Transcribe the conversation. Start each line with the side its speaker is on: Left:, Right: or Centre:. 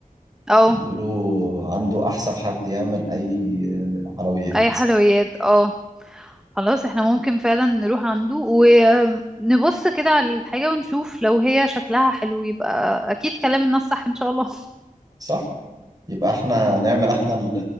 Centre: اه
Right: بيقولوا عنده أحسن حد يعمل أي حلويات
Centre: اي حلويات اه خلاص احنا ممكن فعلا نروح عنده ونبص كده على الحاجة ونشوف لو هي شكلها حلو يبقى اكيد كلام الناس صح ان شاء الله
Right: صح؟ يبقى احنا نعمل احنا ال-